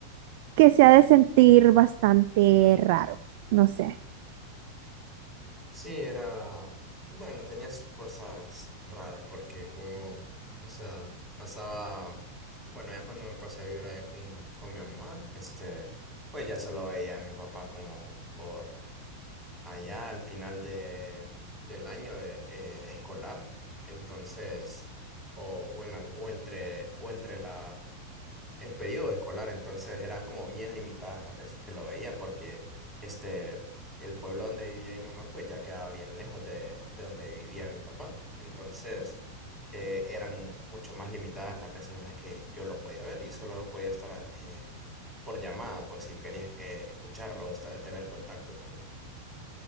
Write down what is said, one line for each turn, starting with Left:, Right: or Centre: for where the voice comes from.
Right: que se ha de sentir bastante raro, no sé.
Centre: Sí, era, bueno, tenía sus cosas raras porque como, o sea, pasaba, bueno, ya cuando me pasé a vivir allá con, con mi mamá, este, pues ya solo veía a mi papá como por allá al final de, del año de, eh, escolar. Entonces, o, o en, al- o entre, o entre la el periodo escolar, entonces eran como bien limitadas las veces que lo veía, porque este, el pueblo donde vivía mi mamá, pues ya quedaba bien lejos de, de donde vivía mi papá. Entonces, eh, eran mucho más limitadas las veces en las que yo lo podía ver y solo podía estar eh, por llamada, pues si quería eh, escucharlo, esta- tener contacto con él.